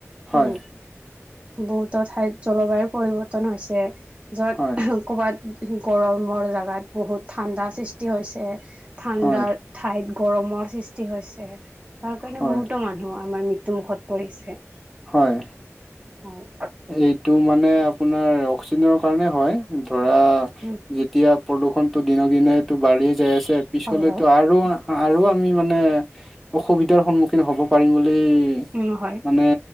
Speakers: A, in the centre; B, on the right (about 25°).
A: হয়
B: উম বহুতো ঠাইত জলবায়ুৰ পৰিৱৰ্তন হৈছে য'ত
A: হয়
B: ক'বাত গৰমৰ জোগাত বহুত ঠাণ্ডা সৃষ্টি হৈছে ঠাণ্ডা
A: হয়
B: ঠাইত গৰমৰ সৃষ্টি হৈছে তাৰ কাৰণে
A: হয়
B: বহুতো মানুহ আমাৰ মৃত্যু মুুখত পৰিছে
A: হয়
B: হয়
A: এইটো মানে আপোনাৰ অক্সিজেনৰ কাৰণে হয় ধৰা
B: উম
A: যেতিয়া প্ৰদূষণটো দিনক দিনেতো বাঢ়িয়ে যায় আছে পিছলৈতো
B: হয় হয়
A: আৰু আৰু আমি মানে অসুবিধাৰ সন্মুখীন হ'ব পাৰিম বুলি বুলি
B: উম হয়
A: মানে